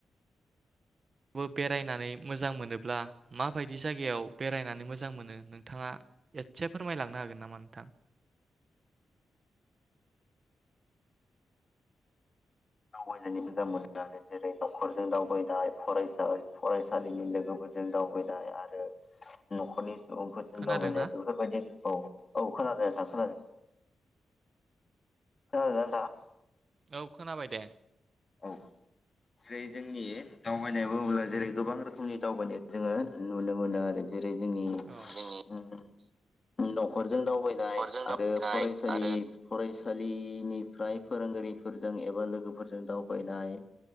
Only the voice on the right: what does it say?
बो बेरायनानै मोजां मोनोब्ला माबायदि जायगायाव बेरायनानै मोजां मोनो नोंथाङा एदसे फोरमायलांनो हागोन नामा नोंथां?
खोनादोंना?
औ खोनाबाय दे।
औ जोंनि
अरजों दावबायनाय
आरो